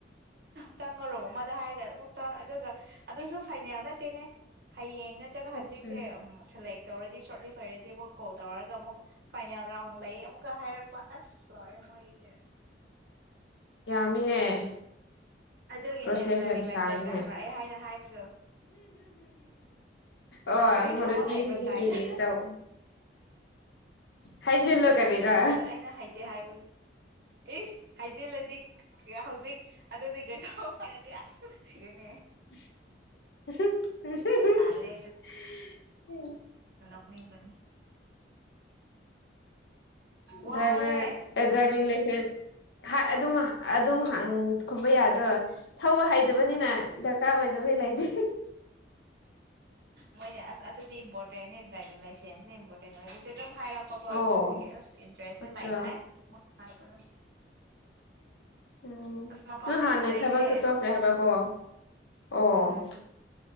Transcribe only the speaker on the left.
ꯑꯠꯆꯥ
ꯃꯤ ꯍꯦ
ꯄ꯭ꯔꯣꯁꯦꯁ
ꯌꯥꯝ ꯁꯥꯡꯉꯤꯅꯦ
ꯑꯣ
ꯃꯨꯔꯨꯇꯤ
ꯁꯨꯖꯨꯀꯤ
ꯇꯧ ꯍꯥꯏꯖꯜꯂ ꯀꯔꯤꯔ
<unintelligible>
ꯗ꯭ꯔꯥꯏꯚꯔ ꯗ꯭ꯔꯥꯏꯚꯤꯡ ꯂꯥꯏꯁꯦꯟꯁ ꯑꯗꯨꯝ ꯑꯗꯨꯝ ꯍ ꯈꯨꯝꯕ ꯌꯥꯗ꯭ꯔꯣ ꯊꯧꯕ ꯍꯩꯇꯕꯅꯤꯅ ꯗꯔꯀꯥꯔ ꯑꯣꯏꯗꯕꯩ ꯂꯩꯇꯦ
ꯑꯣ
ꯑꯠꯆꯥ
ꯎꯝ
ꯅꯪ ꯍꯥꯟꯅꯩ
ꯊꯕꯛꯇꯣ ꯇꯣꯛꯈ꯭ꯔꯦ ꯍꯥꯏꯕꯀꯣ ꯑꯣ